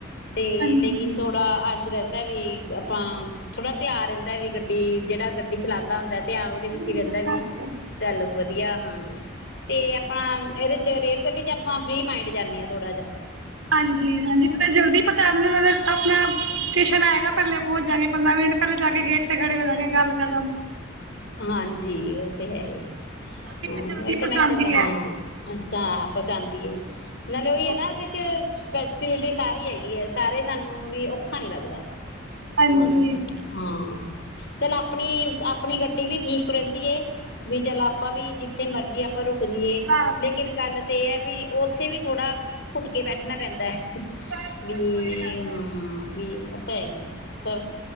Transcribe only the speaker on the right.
ਹਾਂਜੀ
ਨੀਂਦ
ਨਾ
ਆਜੇ।
ਹਾਂਜੀ ਹਾਂਜੀ ਪਤਾ ਜਲਦੀ ਪਹੁੰਚਾ ਦਿੰਦੇ ਨਾਲੇ ਆਪਣਾ ਟੇਸ਼ਨ ਆਏਗਾ, ਪਹਿਲੇ ਪਹੁੰਚ ਜਾਗੇ ਪੰਦਰਾਂ ਮਿੰਟ ਪਹਿਲਾਂ ਜਾ ਕੇ ਗੇਟ ਤੇ ਖੜੇ ਹੋ ਜਾਗੇ ਗੱਲ ਖਤਮ।
ਇੱਕ ਜਲਦੀ ਪਹੁੰਚਾਉਂਦੀ
ਹੈ।
ਹਾਂਜੀ,
ਹਾਂਜੀ
ਖਿਲਾਰ ਲਈ।
ਬਸ ਬਸ
ਉਹੀ ਗੱਲ ਹੈ